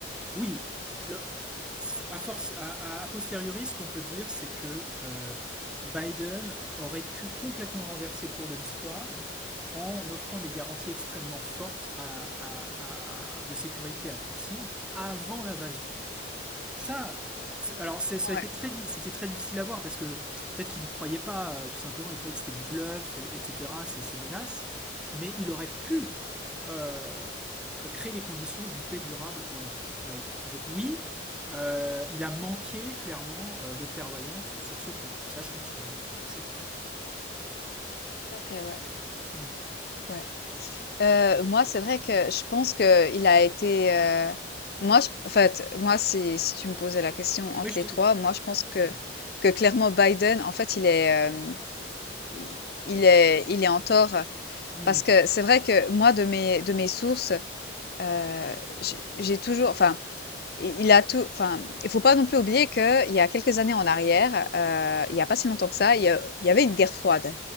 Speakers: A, in the centre; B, on the left.
A: oui, le- à force, à, à- a posteriori, ce qu'on peut dire, c'est que euh, Biden aurait pu complètement renverser le cours de l'histoire en offrant des garanties extrêmement fortes à- à- à- à- de sécurité à Poutine avant l'invasion. Ça, c'est- alors c'est- ça
B: Ouais,
A: a été très, di- c'était très difficile à voir parce que peut-être qu'il y croyait pas, euh, tout simplement, il croyait que c'était du bluff, et- etc., ces, ces menaces, mais il aurait pu euh, créer les conditions d'une paix durable en Europe, Biden. Donc oui, euh, il a manqué clairement euh, de clairvoyance sur ce point. Ça, je pense qu'on c'est clair.
B: OK, ouais,
A: Hmm.
B: ouais. Euh, moi, c'est vrai que je pense que il a été. euh, Moi, je- en fait, moi, si, si tu me posais la question entre
A: Oui, je
B: les
A: te...
B: trois, moi, je pense que
A: ouais.
B: que clairement Biden, en fait, il est euh, il il est il est en tort
A: Hmm.
B: parce que c'est vrai que moi, de mes de mes sources, euh, j'ai j'ai toujours, enfin, i- il a tout, enfin, il faut pas non plus oublier que il y a quelques années en arrière, euh, il y a pas si longtemps que ça, il y a- il y avait une guerre froide